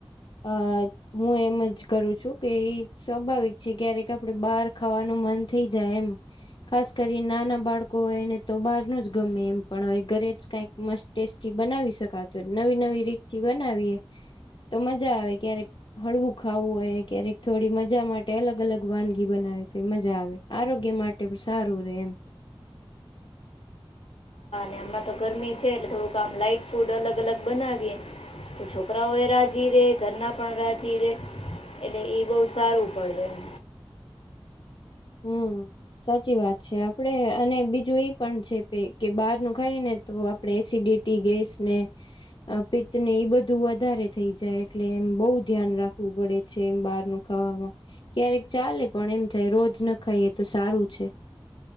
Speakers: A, on the left; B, on the left.
A: આહ હું એમ જ કરું છું કે એ સ્વાભાવિક છે ક્યારેક આપણે બહાર ખાવાનું મન થઈ જાય એમ ખાસ કરી નાના બાળકો હોયને તો બહારનું જ ગમે એમ પણ હવે ઘરે જ કઈક મસ્ત ટેસ્ટી બનાવી શકાત નવી નવી રીતથી બનાવીએ તો મજા આવે ક્યારેક હળવું ખાવું હોય ક્યારેક થોડી મજા માટે અલગ અલગ વાનગી બનાવી તો એ મજા આવે. આરોગ્ય માટે પણ સારું રે એમ.
B: ને હમણાં તો ગરમી છે એટલે થોડુંક આમ લાાઈટ ફૂડ અલગ અલગ બનાવીએ તો છોકરાઓ એ રાજી રે ઘરના પણ રાજી રે એટલે એ બહ સારું પડે એમ.
A: હમ્મ, સાચી વાત છે. આપડે અને બીજું એ પણ છે પે કે બહાર નું ખાય ને તો આપડે એસિડિટી ગેસ ને અહ પિતત ને એ બધું વધારે થઈ જાય એટલે એમ બહુ ધ્યાન રાખવું પડે છે એમ બહાર નું ખાવામાં ક્યારેક ચાલે પણ એમ થાય રોજ જ ખઈએ તો સારું છે.